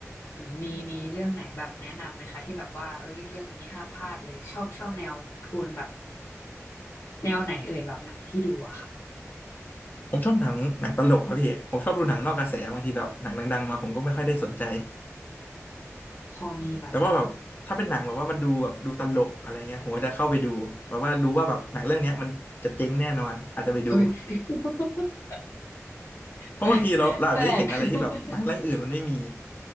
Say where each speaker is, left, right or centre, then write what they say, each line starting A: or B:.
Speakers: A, on the left; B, on the left.
A: อืมมีมีเรื่องไหนแบบแนะนำไหมคะที่แบบว่าเอ้ยเรื่องนี้ห้ามพลาดเลยชอบชอบแนวโทนแบบแนวไหนเอ่ยแบบหนังที่ดูอะค่ะ
B: ผมชอบหนังหนังตลกครับพี่ผมชอบดูหนังนอกกระแสบางทีแบบหนังดังๆมาผมก็ไม่ค่อยได้สนใจ
A: พอมีแบบ
B: แต่ว่าแบบถ้าเป็นหนังแบบว่ามันดูแบบดูตลกอะไรเงี้ยผมก็จะเข้าไปดูแบบว่ารู้ว่าแบบหนังเรื่องเนี้ยมันจะเจ๊งแน่นอนอาจจะไปดู
A: อืมเอ้ย <laughs>
B: เพราะบางทีเราเราอาจจะได้เห็นอะไรที่แบบหนังเรื่องอื่นมันไม่มี
A: เอ้ยแปลก <laughs>